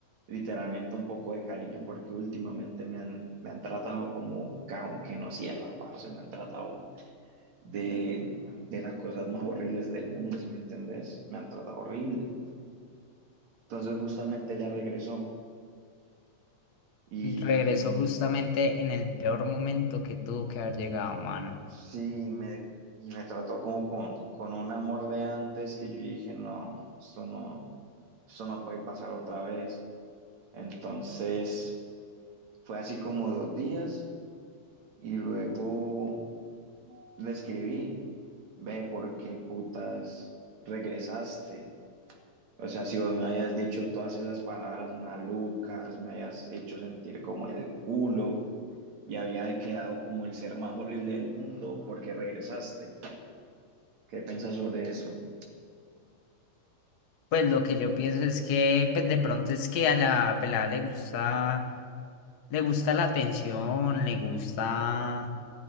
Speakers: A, on the right; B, on the left.
A: literalmente un poco de cariño porque últimamente me han, me han tratado como cajón que no cierra, parce, me han tratado de, de las cosas más horribles del mundo, si me entendés, me han tratado horrible. Entonces justamente ella regresó y
B: Y regresó justamente en el peor momento que tuvo que haber llegado, mano.
A: sí, me, y me trató como con, con un amor de antes que yo dije, no, esto no, esto no puede pasar otra vez. Entonces fue así como dos días y luego le escribí, ve, ¿por qué putas regresaste? O sea, si vos me habías dicho todas esas palabras malucas, me habías hecho sentir como el culo y había quedado como el ser más horrible del mundo porque regresaste. ¿Qué piensas sobre eso?
B: Pues lo que yo pienso es que pues de pronto es que a la pelada le gusta, le gusta la atención, le gusta...